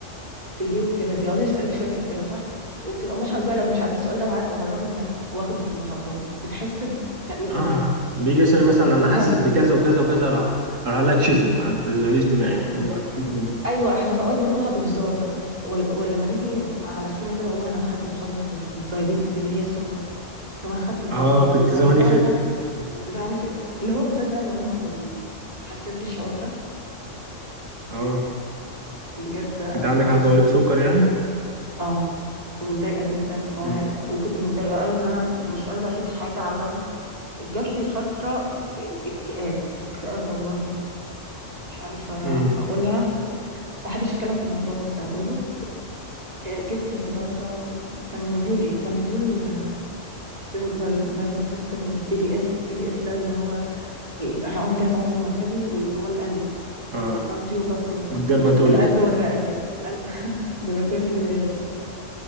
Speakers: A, on the right (about 30°); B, on the right (about 85°).
A: في البيت كده بيقعدوا يسألوك شوية أسئلة صح وبتبقى محرج بقى لو مش عارف السؤال ده وعارف على الرغم إنك واخده في المحاضرات بتحس بتأنيب
B: اه
A: ضمير
B: بيجي يسأل مثلا انا حاسس
A: ذنب
B: بكذا وكذا وكذا راح راح أقول لك شفي ما تشغليش دماغي ما تشغليش دماغي
A: ايوه احنا في اوقات بنقولها بهزار بس في- ول- ولما نيجي مع نفسنا كده والله انا خدت محاضره الدايابيتس دي اللي هي السكر طب انا خدت الضغط
B: اه كنت
A: طب
B: زماني
A: والله
B: فت
A: انا خدت
B: مم.
A: زعلانه في إيه؟ اللي هو بالذات بقى لو امك وابوك حسيت بالشعور ده
B: اه
A: بجد انا
B: انت عندك حد
A: في-
B: مريض سكر يعني
A: اه متضايقه جدا آه،
B: امم
A: وكنت متضايقه قوي ان انا مش قادره افيد حاجه على الرغم جات لي فترة اكتئاب اكتئاب والله مش عارفة أنا
B: امم
A: هقولها ما بحبش الكلام في الموضوع بس هقوله آه، جيت في الدراسة وكان مديول إيه؟ كان مديول سنترال نيرفس سيستم والسي في اس السي في اس ده اللي هو ال- احنا قلنا الجهاز العصبي المركزي واللي هو القلب
B: اه
A: الكارديو فاسكولار سيستم
B: والديرماتولوجي
A: القلب والرئتين القلب <laughs> الباثولوجي دي بعيدة شوية